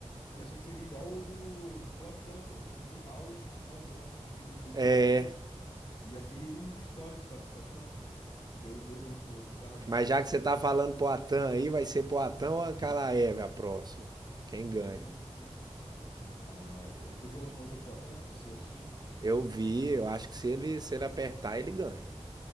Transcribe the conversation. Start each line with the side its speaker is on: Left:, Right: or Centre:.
Left: E eu achei que seria igual o do, do Poatan, pô. Quinto round, finalzão assim, perdeu todos
Right: É,
Left: os outros. Ia ser o histórico, sabe? Só que não, pô. Deu, deu ruim pro, pro Carlão.
Right: mas já que você tá falando pro Atan aí, vai ser pro Atan ou Ankalaev a próxima? Quem ganha?
Left: Hum. Então, é, tu viu a última luta do Poatan? Tu assistiu assistir?
Right: Eu vi, eu acho que se ele, se ele apertar, ele ganha.